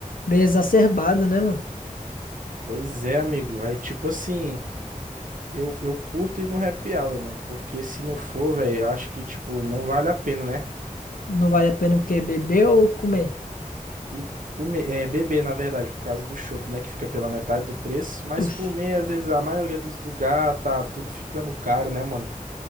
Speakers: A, on the left; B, on the right.
A: bem exacerbado, né, mano?
B: Pois é, amigo. Aí, tipo assim. Eu, eu curto ir no Happy Hour, mano. Porque se não for, velho, eu acho que, tipo, não vale a pena, né?
A: Não vale a pena o quê? Beber ou comer?
B: O- Comer, é, beber, na verdade, por causa do chopp, né? Que fica pela metade do preço. Mas
A: Oxe.
B: comer, às vezes, a maioria dos lugares tá tudo ficando caro, né, mano?